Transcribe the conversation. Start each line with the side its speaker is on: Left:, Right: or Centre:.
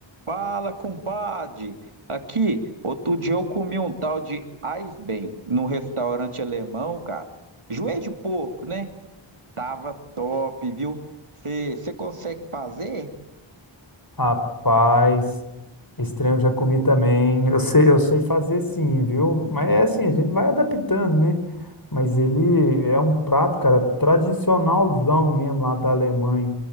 Right: Fala, compadre! Aqui, outro dia eu comi um tal de Eisbein num restaurante alemão, cara. Joelho de porco, né? Tava top, viu? Você consegue fazer?
Left: Rapaz, estranho eu já comi também. Eu sei, eu sei fazer sim, viu? Mas é assim, a gente vai adaptando, né? Mas ele é um prato, cara, tradicionalzão mesmo lá da Alemanha.